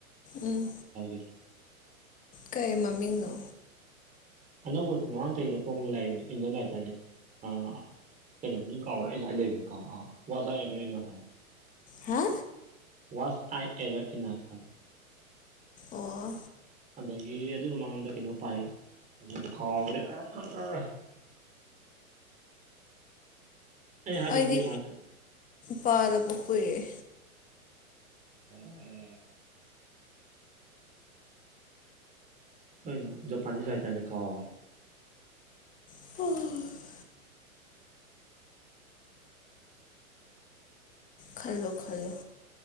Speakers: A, on the left; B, on the right.
A: ꯎꯝ
B: <unintelligible>
A: ꯀꯩ ꯃꯃꯤꯡꯅꯣ
B: ꯑꯅꯧꯕꯁꯨ ꯃꯃꯥꯡ ꯆꯍꯤꯗ ꯐꯣꯡꯉꯤꯕ ꯂꯥꯏꯔꯤꯛꯅꯤ ꯏꯟꯗꯤꯌꯟ ꯔꯥꯏꯇꯔꯅꯦ ꯑ ꯀꯩꯅꯣ ꯃꯃꯤꯡ ꯀꯥꯎꯒ꯭ꯔꯦ ꯑꯩ ꯖꯥꯢ ꯂꯩꯕꯅꯦ ꯀ ꯑꯥ ꯋꯥꯖꯥꯏꯕꯦꯔꯤꯅꯥ ꯍꯥꯏꯕ
A: ꯍꯥ
B: ꯋꯥꯁ ꯑꯥꯏ ꯑꯦꯕꯔ ꯏꯅꯐ ꯍꯥꯏꯕ
A: ꯑꯣ
B: ꯑꯗꯒꯤ ꯑꯗꯨꯏ ꯃꯃꯥꯡꯗ ꯀꯩꯅꯣ ꯄꯥꯏ ꯀꯥꯎꯒ꯭ꯔꯦ ꯑꯑꯍꯑ ꯑꯩ ꯍꯥꯏꯖꯦ
A: ꯑꯩꯗꯤ
B: ꯑꯣꯡꯂꯤ ꯔꯣꯃꯥꯟꯁ
A: ꯄꯥꯗꯕ ꯀꯨꯏꯔꯦ
B: ꯑꯑꯑ ꯀꯩꯅꯣ ꯖꯄꯥꯅꯤꯁ ꯔꯥꯏꯇꯥꯔꯅꯦ ꯀꯥꯎꯈ꯭ꯔꯦ
A: ꯑꯣ ꯈꯜꯂꯣ ꯈꯜꯂꯣ